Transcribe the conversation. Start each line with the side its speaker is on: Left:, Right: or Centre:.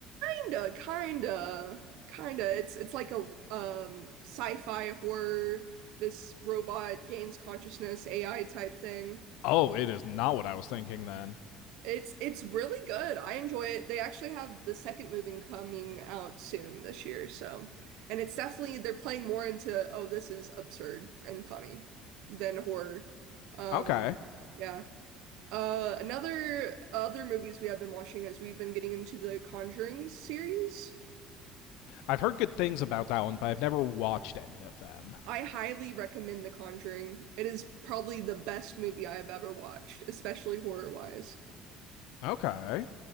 Right: Kinda, kinda, kinda. It's it's like a um, sci-fi horror. This robot gains consciousness, AI type thing.
Left: Oh, it is not what I was thinking then.
Right: It's it's really good. I enjoy it. They actually have the second movie coming out soon this year, so and it's definitely they're playing more into oh this is absurd and funny than horror. Um
Left: Okay.
Right: yeah. Uh another other movies we have been watching is we've been getting into the Conjuring series.
Left: I've heard good things about that one, but I've never watched any of them.
Right: I highly recommend The Conjuring. It is probably the best movie I have ever watched, especially horror wise.
Left: Okay.